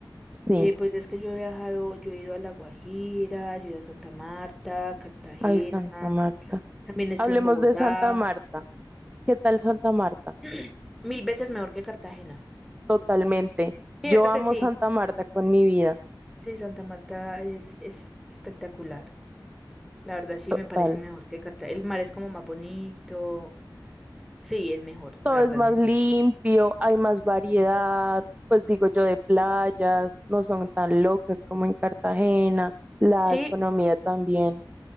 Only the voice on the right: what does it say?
Sí.
Ay, Santa Marta.
Hablemos
de Santa Marta. ¿Qué tal Santa Marta?
Totalmente.
Yo amo
Santa Marta con mi vida.
Total.
Todo es
más
limpio, hay más variedad, pues digo yo, de playas, no son tan locas como en Cartagena, la
economía también.